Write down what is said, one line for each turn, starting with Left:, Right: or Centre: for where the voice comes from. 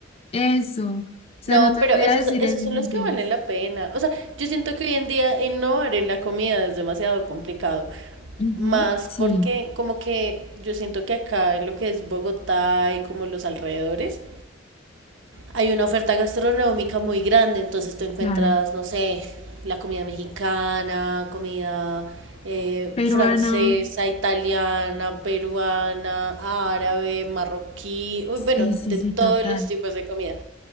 Left: Eso. O sea,
Right: No,
Left: no te
Right: pero
Left: voy
Right: esos,
Left: a decir
Right: esos
Left: así
Right: son
Left: mentiras.
Right: los que valen la pena. O sea, yo siento que hoy en día innovar en la comida es demasiado complicado.
Left: Ujú,
Right: Más
Left: Sí,
Right: porque como que yo siento que acá en lo que es Bogotá y como los alrededores, hay una oferta gastronómica muy grande, entonces tú encuentras,
Left: claro.
Right: no sé, la comida mexicana, comida eh,
Left: Peruana.
Right: francesa, italiana, peruana, árabe, marroquí, uy,
Left: Sí,
Right: bueno, de
Left: sí, sí,
Right: todos
Left: total.
Right: los tipos de comida.